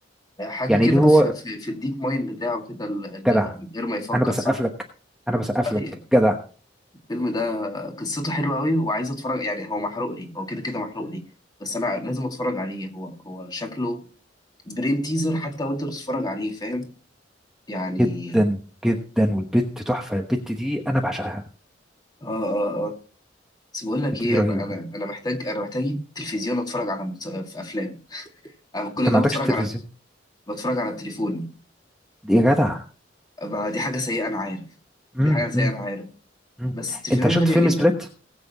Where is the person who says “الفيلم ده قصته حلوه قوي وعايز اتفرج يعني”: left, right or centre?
Left